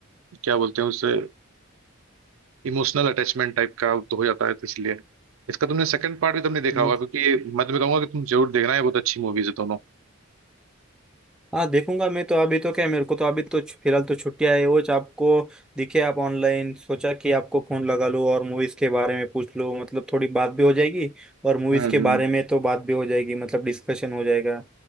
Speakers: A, on the right; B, in the centre.
A: क्या बोलते हैं उसे इमोशनल अटैचमेंट टाइप का तो हो जाता है तो इसलिए इसका तुमने सेकंड पार्ट भी तुमने देखा होगा
B: मत-
A: क्योंकि ये मैं तुम्हें कहूंगा कि तुम जरूर देखना है बहुत अच्छी मूवीज है दोनों
B: हाँ देखूंगा मैं तो अभी तो क्या है, मेरे को तो अभी तो छु- फिलहाल तो छुट्टियां है वो ज- आपको दिखे आप ऑनलाइन सोचा कि आपको फोन लगा लो और मूवीज के बारे में पूछ लो मतलब थोड़ी बात भी हो जाएगी और मूवीज
A: हम्म
B: के
A: हम्म,
B: बारे में तो बात भी हो जाएगी मतलब डिस्कशन हो जाएगा